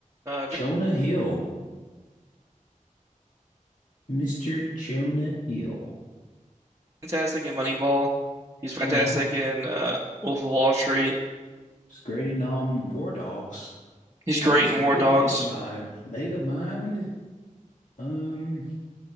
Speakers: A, on the right; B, on the left.
A: Uh, Joe's
B: Jonah Hill, Mr. Jonah Hill.
A: fantastic in Moneyball. He's fantastic
B: Uh-huh.
A: in uh, Wolf of Wall Street.
B: He's great in um War Dogs.
A: He's great
B: Oh, he was
A: in
B: great
A: War Dogs.
B: in Megamind. Megamind. Um,